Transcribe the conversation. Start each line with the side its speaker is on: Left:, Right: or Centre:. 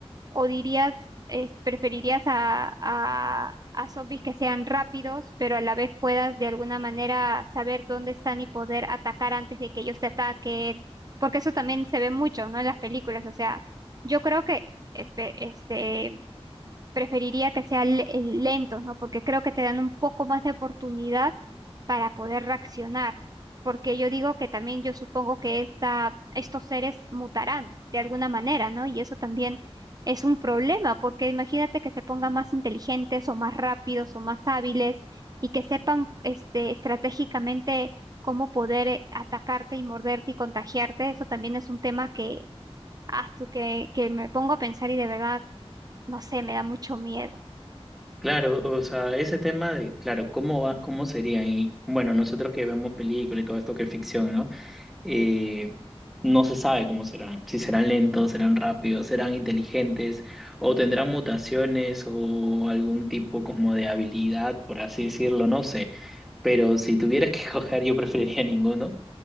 Right: ¿O dirías, es- preferirías a, a, a zombies que sean rápidos, pero a la vez puedas de alguna manera saber dónde están y poder atacar antes de que ellos te ataquen? Porque eso también se ve mucho, ¿no? En las películas. O sea, yo creo que espe- este, preferiría que sean le- lentos, ¿no? Porque creo que te dan un poco más de oportunidad para poder reaccionar. Porque yo digo que también yo supongo que esta, estos seres mutarán de alguna manera, ¿no? Y eso también es un problema, porque imagínate que se pongan más inteligentes o más rápidos o más hábiles y que sepan este, estratégicamente cómo poder eh, atacarte y morderte y contagiarte. Eso también es un tema que, ah, su- que, que me pongo a pensar y de verdad no sé, me da mucho miedo.
Centre: Claro, o sea, ese tema de, claro, cómo va, cómo sería y bueno, nosotros que vemos películas y todo esto que es ficción, ¿no? eh, no se sabe cómo serán, si serán lentos, serán rápidos, serán inteligentes o tendrán mutaciones o algún tipo como de habilidad, por así decirlo, no sé. Pero si tuvieras que <laughs> escoger, yo preferiría ninguno.